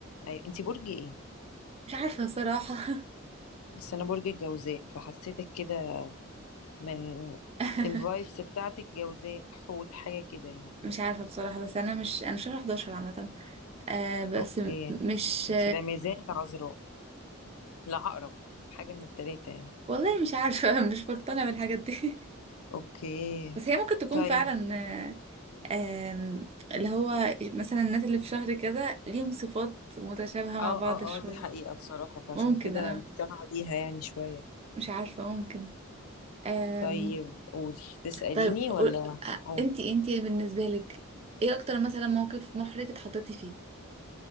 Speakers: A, on the left; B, on the right.
A: ايوه انت برج ايه
B: مش عارفة بصراحة
A: بس انا برج الجوزاء فحسيتك كده من
B: <laughs>
A: الفايبس بتاعتك جوزاء حوت حاجه كده يعني
B: مش عارفة بصراحة بس أنا مش أنا شهر 11 عامة آه بس
A: اوكي
B: م- مش
A: انت لا ميزان لا عذراء لا عقرب حاجه من التلاته يعني
B: والله مش عارفة <laughs> مش مقتنعة بالحاجات دي
A: اوكي
B: <laughs> بس هي ممكن تكون
A: طيب
B: فعلا آه، آم، اللي هو مثلا الناس اللي في شهر كده ليهم صفات متشابهة مع
A: اه
B: بعض
A: اه
B: شوية
A: اه دي حقيقه بصراحه فعشان
B: ممكن
A: كده
B: أنا
A: مقتنعه بيها يعني شويه
B: مش عارفة ممكن آم،
A: طيب قولي تساليني
B: طيب
A: ولا
B: قول- آه،
A: قول
B: انتي انتي بالنسبة لك ايه أكتر مثلا موقف محرج اتحطيتي فيه